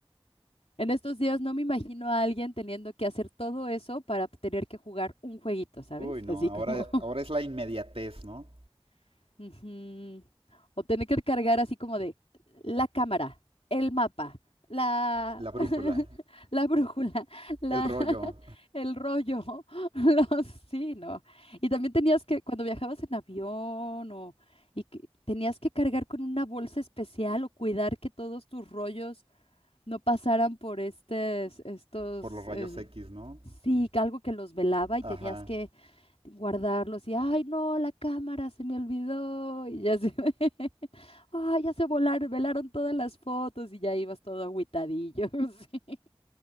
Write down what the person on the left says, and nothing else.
En estos días no me imagino a alguien teniendo que hacer todo eso para tener que jugar un jueguito, ¿sabes?
Así
como...
<laughs> ujú. O tener que cargar así como de la cámara, el mapa, la,
<laughs> la brújula, la,
<laughs> el rollo, <laughs> los, sí, ¿no? Y también tenías que, cuando viajabas en avión o, y que tenías que cargar con una bolsa especial o cuidar que todos tus rollos no pasaran por estes- estos,
eh,
Sí, que algo que los velaba y
tenías que guardarlos y, ay, no, la cámara se me olvidó y ya se, <laughs> ay, ya se volaron, velaron todas las fotos y ya ibas todo agüitadillo. <laughs> sí.